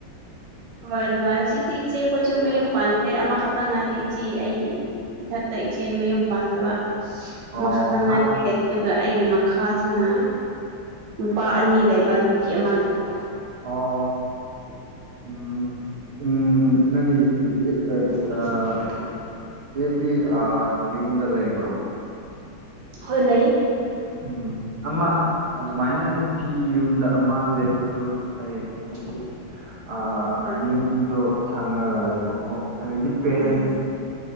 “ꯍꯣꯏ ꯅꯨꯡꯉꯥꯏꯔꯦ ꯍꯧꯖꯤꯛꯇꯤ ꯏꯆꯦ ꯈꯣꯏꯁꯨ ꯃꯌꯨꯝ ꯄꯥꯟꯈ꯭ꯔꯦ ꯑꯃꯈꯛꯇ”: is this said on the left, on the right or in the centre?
Right